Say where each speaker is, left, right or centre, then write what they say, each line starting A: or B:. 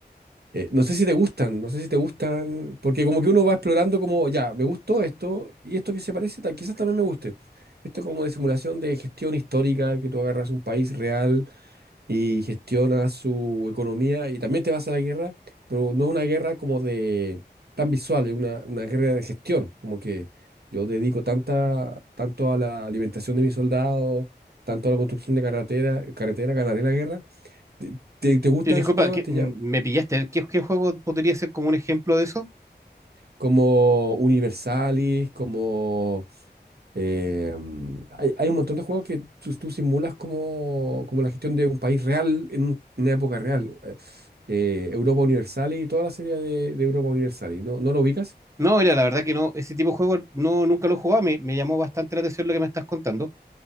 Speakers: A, on the right; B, on the right.
A: eh, no sé si te gustan, no sé si te gustan, porque como que uno va explorando como, ya, me gustó esto y esto que se parece, ta- quizás también me guste. Esto es como de simulación de gestión histórica, que tú agarras un país real y gestiona su economía y también te vas a la guerra, pero no es una guerra como de tan visual, es una, una guerra de gestión, como que yo dedico tanta, tanto a la alimentación de mis soldados, tanto a la construcción de carretera, carretera, ganaré la guerra. ¿Te, te, te gustan
B: Sí, Disculpa,
A: esos juegos?
B: ¿qué-
A: ¿Te
B: mm,
A: llama?
B: me pillaste. ¿Qué, qué juego podría ser como un ejemplo de eso?
A: como Universalis, como... eh, mm, hay, hay un montón de juegos que tú, tú simulas como, como la gestión de un país real en un- una época real. Eh, eh, Europa Universalis y toda la serie de, de Europa Universalis. ¿No, no lo ubicas?
B: No, mira, la verdad que no, ese tipo de juego no, nunca lo he jugado. Me, me llamó bastante la atención lo que me estás contando.